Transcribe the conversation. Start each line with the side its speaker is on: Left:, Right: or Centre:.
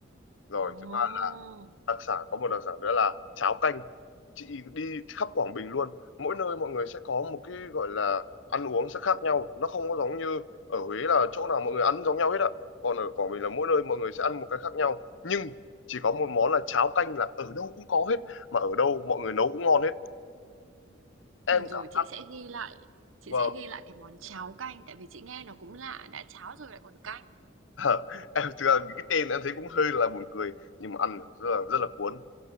Left: rồi
Right: Ồ,
Left: thứ đặc sản có một đặc sản nữa là cháo canh chị đi khắp Quảng Bình luôn mỗi nơi mọi người sẽ có một cái gọi là ăn uống sẽ khác nhau nó không có giống như ở Huế là chỗ nào mọi người ăn giống nhau hết ạ còn ở Quảng Bình là mỗi nơi mọi người sẽ ăn một cái khác nhau nhưng chỉ có một món là cháo canh là ở đâu cũng có hết mà ở đâu mọi người nấu cũng ngon hết em
Right: được rồi,
Left: cảm
Right: chị sẽ ghi lại, chị
Left: vâng
Right: sẽ ghi lại cái món cháo canh tại vì chị nghe nó cũng lạ, đã cháo rồi lại còn canh.
Left: <laughs> em thực ra cái tên em thấy cũng hơi là buồn cười nhưng mà ăn rất là rất là cuốn